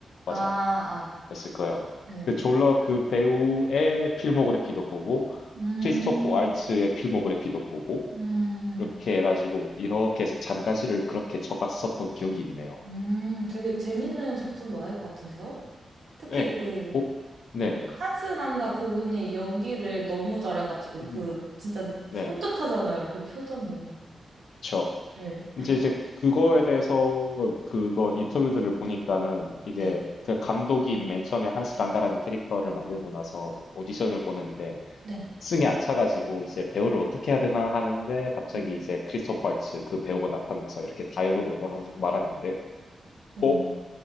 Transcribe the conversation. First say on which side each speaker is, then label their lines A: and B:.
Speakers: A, on the left; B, on the right.
A: 맞아
B: 아, 아,
A: 그랬을 거예요
B: 네.
A: 그 졸러 그 배우의 필모그래피도 보고
B: 음,
A: 크리스토퍼 왈츠의 필모그래피도 보고
B: 음,
A: 이렇게 해가지고 이렇게 해서 잔가지를 그렇게 적었었던 기억이 있네요
B: 음. 되게 재밌는 작품이 많을 것 같은데요? 특히
A: 네,
B: 그,
A: 어, 네네.
B: 한스 난다 그분이 연기를 너무 잘해가지고,
A: 음.
B: 그, 진짜
A: 네네.
B: 섬뜩하잖아요. 그 표정이.
A: 그쵸.
B: 네,
A: 이제 이제 그거에 대해서 그거 인터뷰들을 보니까는 이게
B: 네,
A: 그 감독이 맨 처음에 한스란다라는 캐릭터를 만들고 나서 오디션을 보는데
B: 네.
A: 승에 안 차가지고 이제 배우를 어떻게 해야 되나 하는데 갑자기
B: 네.
A: 이제 크리스토퍼 할츠 그 배우가 나타나서 이렇게 다이얼로그를 오르르 말하는데
B: 음,
A: 어?